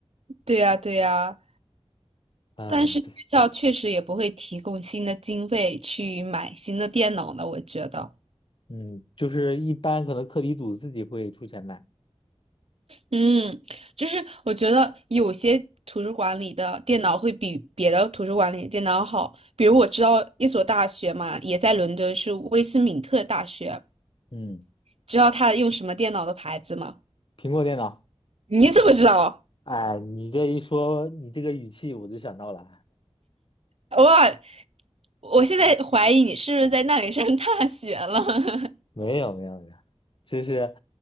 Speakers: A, on the right; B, on the left.
A: 对呀，对呀，
B: 嗯，
A: 但是学校确实也不会提供新的经费去买新的电脑呢，
B: 对，
A: 我觉得。
B: 嗯，就是一般可能课题组自己会出钱买。
A: 嗯，就是我觉得有些图书馆里的电脑会比别的图书馆里的电脑好。比如我知道一所大学嘛，也在伦敦，是威斯敏特大学。
B: 嗯，
A: 知道他用什么电脑的牌子吗？
B: 苹果电脑。
A: <laughs> 你怎么知道？
B: 哎，你这一说，你这个语气我就想到了。
A: 哇，我现在怀疑你是不是在那里上大学了。<laughs>
B: 没有没有没有，就是，